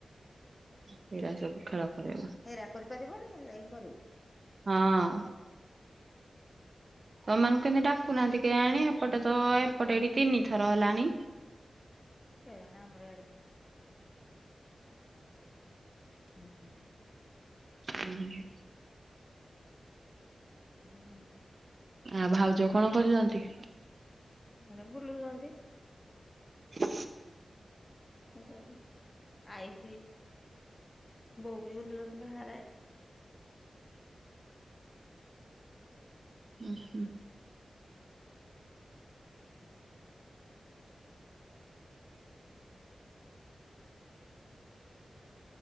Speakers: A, on the left; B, on the right.
A: ହୁଁ।
B: ସେଇରା ସବୁ ଖେଳ କରେଇବ।
A: ହେଇରା କରିପାରିବନି ଯାଇ କରିବ।
B: ହଁ। ତମମାନଙ୍କୁ କେମିତି ଡାକୁନାହାନ୍ତି କେଆଣି ଏପଟେ ତ ଏପଟେ ଏଇଠି ତିନି ଥର ହେଲାଣି।
A: କେଇଆଣି ଆମର ଇଆଡ଼େ କିନା ହୁଁ।
B: ହୁଁ।
A: ହଁ।
B: ଆଉ ଭାଉଜ କଣ କରୁଚନ୍ତି?
A: <unintelligible> ବୁଲୁଚନ୍ତି।
B: ହ
A: <unintelligible> ଆଇସି ହେଇଚି ବୋଉ ପି ବୁଲୁଚନ୍ତି ବାହାରେ।
B: ଉଁ ହୁଁ।
A: ହଁ ଆ